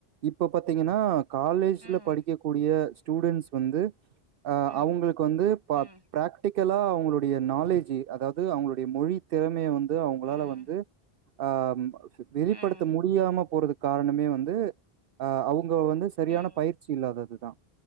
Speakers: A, on the right; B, on the right.
A: இப்ப பாத்தீங்கன்னா காலேஜ்ல
B: ம்
A: படிக்கக் கூடிய ஸ்டூடென்ஸ் வந்து அ
B: ம்
A: அவுங்களுக்கு வந்து பா
B: ம்
A: பிராக்டிக்கலா அவங்களுடைய பிராக்டிக்கல்லா அவுங்களுடைய நாலேஜ் அதாவது அவங்களுடைய மொழி திறமைய வந்து அவங்களால
B: ம்
A: வந் து ஆ வெளிப்படுத்த
B: ம்
A: முடியாம போறது காரணமே வந்து அவுங்க வந்து சரியான
B: ம்
A: பயிற்சி இல்லாததுதான்